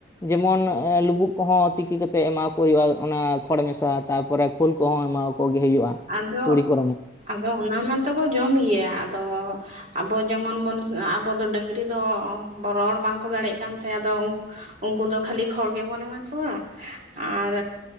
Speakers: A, on the left; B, on the right.
A: ᱡᱮᱢᱚᱱ ᱞᱩᱵᱩᱜ ᱠᱚᱦᱚᱸ ᱛᱤᱠᱤ ᱠᱟᱛᱮᱜ ᱮᱢᱟ ᱠᱚ ᱦᱩᱭᱩᱜᱼᱟ ᱚᱱᱟ ᱠᱷᱚᱲ ᱢᱮᱥᱟ ᱛᱟᱯᱚᱨᱮ ᱠᱷᱳᱞ ᱠᱚᱦᱚᱸ ᱮᱢᱟᱣ ᱠᱚᱜᱮ ᱦᱩᱭᱩᱜᱼᱟ᱾
B: ᱟᱫᱚ
A: ᱛᱩᱲᱤ ᱠᱚᱨᱮᱱᱟᱜ
B: ᱟᱫᱚ ᱚᱱᱟ ᱢᱟᱛᱚ ᱠᱚ ᱡᱚᱢ ᱜᱮᱭᱟ ᱟᱫᱚ ᱟᱵᱚ ᱡᱮᱢᱚᱱ ᱵᱚᱱ ᱟᱵᱚ ᱫᱚ ᱰᱟᱹᱝᱨᱤ ᱫᱚ ᱨᱚᱲ ᱵᱟᱝᱠᱚ ᱫᱟᱲᱮᱭᱟᱜ ᱠᱟᱱ ᱛᱮ ᱟᱫᱚ ᱩᱱᱠᱩ ᱫᱚ ᱠᱷᱟᱹᱞᱤ ᱠᱷᱚᱲ ᱜᱮᱵᱚᱱ ᱮᱢᱟ ᱠᱚᱣᱟ, ᱟᱨ